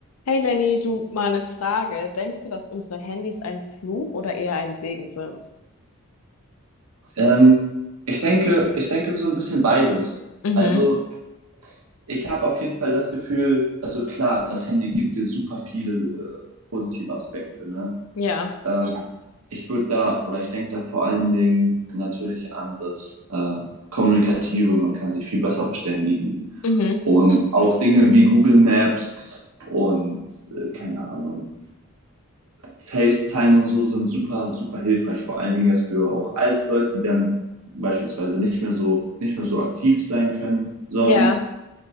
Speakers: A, on the left; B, on the right.
A: Hey Lenny, du mal eine Frage. Denkst du, dass unsere Handys ein Fluch oder eher ein Segen sind?
B: Ähm, ich denke, ich denke so ein bisschen beides.
A: Mhm,
B: Also ich habe auf jeden Fall das Gefühl, also klar, das Handy gibt dir super viele äh, positive Aspekte, ne?
A: ja,
B: Ähm, Ja, ich würde da, oder ich denke da vor allen Dingen natürlich an das äh, Kommunikative, man kann sich viel besser verständigen.
A: mhm,
B: Und auch Dinge wie Google Maps und äh, keine Ahnung, FaceTime und so sind super, super hilfreich, vor allen Dingen jetzt für auch alte Leute, die dann beispielsweise nicht mehr so, nicht mehr so aktiv sein können. Sonst
A: ja.